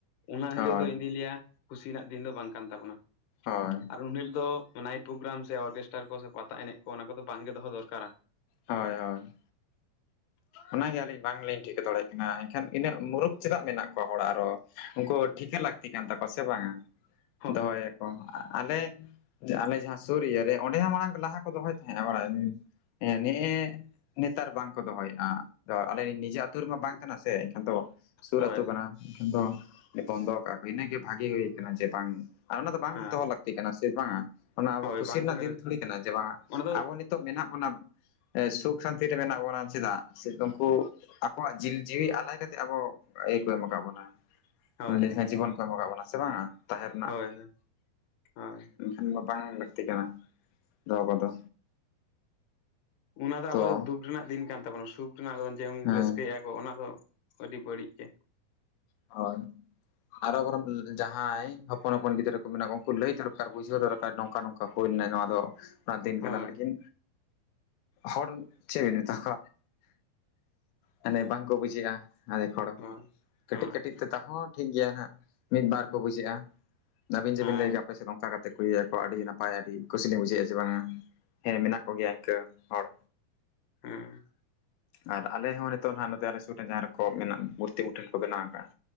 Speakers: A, on the left; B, on the left.
A: ᱚᱱᱟ
B: ᱦᱳᱭ
A: ᱦᱤᱞᱳᱜ ᱫᱚ ᱤᱧᱫᱩᱧ ᱞᱟᱹᱭᱟ ᱠᱷᱩᱥᱤ ᱨᱮᱱᱟᱜ ᱫᱤᱱ ᱫᱚ ᱵᱟᱝ ᱠᱟᱱ ᱛᱟᱵᱚᱱᱟ,
B: ᱦᱳᱭ
A: ᱟᱨ ᱩᱱ ᱦᱮᱞᱳᱜ ᱼᱼ ᱚ ᱱᱟᱹᱭᱤᱴ ᱯᱚᱜᱽ ᱜᱟᱨᱟᱢ ᱥᱮ ᱚᱨᱠᱮᱥᱴᱟᱨ ᱠᱚ ᱥᱮ ᱯᱟᱛᱟ ᱮᱱᱮᱡ ᱠᱚ ᱚᱱᱟ ᱠᱚᱫᱚ ᱵᱟᱝ ᱜᱮ ᱫᱚᱦᱚ ᱫᱚᱨᱠᱟᱨᱟ᱾
B: ᱦᱳᱭ ᱦᱳᱭ᱾
A: <unintelligible>
B: ᱚᱱᱟᱜᱮ ᱟᱹᱞᱤᱧ ᱵᱟᱝᱞᱤᱧ ᱴᱷᱤᱠᱟᱹ ᱫᱟᱲᱮᱭᱟᱜ ᱠᱟᱱᱟ ᱮᱱᱠᱷᱟᱱ ᱤᱱᱟᱹᱜ ᱢᱩᱨᱩᱠᱷ ᱪᱮᱫᱟᱜ ᱢᱮᱱᱟᱜ ᱠᱚᱣᱟ ᱦᱚᱲ ᱟᱨᱚ᱾ ᱩᱱᱠᱩ ᱴᱷᱤᱠᱟᱹ ᱞᱟᱹᱠᱛᱤ ᱠᱟᱱ ᱛᱟᱠᱚᱣᱟ ᱥᱮ ᱵᱟᱝᱟᱼᱼ
A: <unintelligible>
B: ᱫᱚᱦᱚᱭᱟᱠᱚ ᱟᱞᱮ ᱟᱞᱮ ᱡᱟᱦᱟᱸ ᱥᱩᱨ ᱤᱭᱟᱹ ᱨᱮ ᱚᱸᱰᱮ ᱦᱚᱸ ᱢᱟᱲᱟᱝ ᱞᱟᱦᱟ ᱠᱚ ᱫᱚᱦᱚᱭ ᱛᱟᱦᱮᱸᱫᱼᱟ ᱵᱟᱲᱟᱭ ᱛᱟᱦᱮᱸᱼᱟ ᱦᱮᱸ ᱱᱮᱜᱮ ᱱᱮᱛᱟᱨ ᱵᱟᱝ ᱠᱚ ᱫᱚᱦᱚᱭᱮᱫᱼᱟ ᱟᱞᱮ ᱱᱤᱡᱮ ᱟᱛᱳ ᱨᱮᱢᱟ ᱵᱟᱝ ᱠᱟᱱᱟ ᱥᱮ ᱮᱱᱠᱷᱟᱱ ᱫᱚᱼᱼ ᱥᱩᱨ
A: ᱦᱳᱭ
B: ᱟᱹᱛᱳ
A: ᱦᱳᱭ
B: ᱠᱟᱱᱟ ᱮᱱ ᱫᱚ ᱵᱚᱱᱫᱚ ᱠᱟᱜ ᱠᱚ ᱤᱱᱟᱹᱜᱮ ᱵᱷᱟᱜᱤ ᱦᱩᱭ ᱠᱟᱱᱟ ᱡᱮ ᱵᱟᱝᱼᱼ ᱟᱨ ᱚᱱᱟ ᱫᱚ ᱵᱟᱝ
A: ᱦᱳᱭ
B: ᱫᱚᱦᱚ ᱞᱟᱹᱠᱛᱤ ᱠᱟᱱᱟ ᱥᱮ ᱵᱟᱝᱟ ᱚᱱᱟ ᱟᱵᱚ
A: ᱦᱳᱭ
B: ᱠᱩᱥᱤ
A: ᱵᱟᱝ
B: ᱨᱮᱱᱟᱜ
A: ᱫᱚᱦᱚ
B: ᱫᱤᱱ
A: ᱞᱟᱹᱠᱛᱤ
B: ᱛᱷᱩᱲᱤ ᱠᱟᱱᱟ ᱡᱮ ᱵᱟᱝᱟ
A: ᱚᱱᱟ ᱫᱚ
B: ᱟᱵᱚ ᱱᱤᱛᱼᱼ ᱱᱤᱛᱚᱜ ᱢᱮᱱᱟᱜ ᱵᱚᱱᱟᱼᱼ ᱥᱩᱠ ᱥᱟᱱᱛᱤ ᱨᱮ ᱢᱮᱱᱟᱜ ᱵᱚᱱᱟ ᱪᱮᱫᱟᱜ ᱥᱮ ᱩᱱᱠᱩᱼᱼ ᱟᱠᱚᱣᱟᱜ ᱡᱤᱞ ᱡᱤᱣᱤ ᱟᱞᱟᱭ ᱠᱟᱛᱮᱜ ᱟᱵᱚ ᱤᱭᱟᱹ ᱠᱚ ᱮᱢ ᱟᱠᱟᱫ ᱵᱚᱱᱟ᱾
A: ᱦᱳᱭ
B: ᱞᱟᱹᱭ ᱞᱮᱠᱷᱟᱱ ᱡᱤᱵᱚᱱ ᱠᱚ ᱮᱢ ᱠᱟᱜ ᱵᱚᱱᱟ ᱥᱮ ᱵᱟᱝᱟ ᱛᱟᱦᱮᱱ ᱨᱮᱱᱟᱜ᱾
A: ᱦᱳᱭ ᱦᱳᱭ ᱦᱳᱭ
B: ᱮ ᱢᱟ ᱵᱟᱝ ᱞᱟᱹᱠᱛᱤ ᱠᱟᱱᱟ ᱫᱚᱦᱚ ᱠᱚᱫᱚ᱾
A: ᱚᱱᱟ ᱫᱚ
B: ᱛᱚ
A: ᱟᱵᱚ ᱫᱚ ᱫᱩᱠ ᱨᱮᱱᱟᱜ ᱫᱤᱱ ᱠᱟᱱ ᱛᱟᱵᱚᱱᱟ ᱥᱩᱠ ᱨᱮᱱᱟᱜ ᱫᱚ ᱡᱮᱚᱱ
B: ᱦᱮᱸ
A: ᱨᱟᱹᱥᱠᱟᱹᱭᱟ᱾ ᱛᱚ ᱚᱱᱟ ᱫᱚ ᱟᱹᱰᱤ ᱵᱟᱹᱲᱤᱡ ᱜᱮ᱾
B: ᱦᱳᱭ ᱟᱨᱚᱢ ᱡᱟᱦᱟᱸᱭ ᱦᱚᱯᱚᱱ ᱦᱚᱯᱚᱱ ᱜᱤᱫᱽᱨᱟᱹ ᱠᱚ ᱢᱮᱱᱟᱜᱼᱟ ᱩᱱᱠᱩ ᱞᱟᱹᱭ ᱫᱚᱨᱠᱟᱨ ᱵᱩᱡᱷᱟ ᱫᱚᱨᱠᱟᱨ ᱱᱚᱝᱠᱟ ᱱᱚᱝᱠᱟᱼᱼ ᱵᱟ ᱦᱩᱭ ᱞᱮᱱᱟ ᱱᱚᱣᱟ ᱫᱚ ᱚᱱᱟ ᱫᱤᱱ
A: ᱦᱳᱭ
B: ᱠᱟᱱᱟ ᱞᱮᱠᱤᱱᱼᱼ ᱦᱚᱲ ᱪᱮᱫ ᱵᱮᱤᱱᱛᱟ ᱠᱷ ᱢᱟᱱᱮ ᱵᱟᱝᱠᱚ ᱵᱩᱡᱷᱟᱹᱜᱼᱟ ᱟᱫᱮᱠᱷ ᱦᱚᱲᱼᱼ
A: <unintelligible>
B: ᱠᱟᱹᱴᱤᱡ
A: ᱦᱳᱭ
B: ᱠᱟᱹᱴᱤᱡ ᱛᱮ ᱛᱟ ᱦᱚᱸ ᱴᱷᱤᱠ ᱜᱮᱭᱟ ᱱᱟᱦᱟᱜ ᱢᱤᱫ ᱵᱟᱨ ᱠᱚ ᱵᱩᱡᱷᱟᱹᱜᱼᱟ ᱟᱹᱵᱤᱱ ᱡᱮ
A: ᱦᱳᱭ
B: ᱵᱤᱱ ᱞᱟᱹᱭ ᱠᱮᱫᱭᱟ ᱟᱯᱮ ᱥᱮᱫ ᱦᱚᱸᱼᱼ ᱯᱠᱟ ᱠᱟᱛᱮ ᱠᱚ ᱤᱭᱟᱹᱭᱟᱠᱚ ᱟᱹᱰᱤ ᱱᱟᱯᱟᱭ ᱟᱹᱰᱤ ᱠᱩᱥᱤ ᱞᱮ ᱵᱩᱡᱷᱟᱹᱣᱼᱟ ᱡᱮ ᱵᱟᱝᱟ ᱦᱮᱸ ᱢᱮᱱᱟᱜ ᱠᱚᱜᱮᱭᱟ ᱤᱱᱠᱟᱹ ᱦᱚᱲᱼᱼ
A: ᱦᱮᱸ᱾
B: ᱟᱨ ᱟᱞᱮ ᱦᱚᱸ ᱱᱤᱛᱚᱜ ᱱᱷᱟᱜ ᱱᱚᱛᱮ ᱟᱞᱮ ᱥᱩᱨ ᱨᱮ ᱡᱟᱦᱟᱸ ᱨᱮᱠᱚ ᱢᱮᱱᱟᱜ ᱵᱷᱩᱨᱛᱤ ᱢᱩᱴᱷᱟᱱ ᱠᱚ ᱵᱮᱱᱟᱣ ᱟᱠᱟᱫᱼᱟᱼᱼ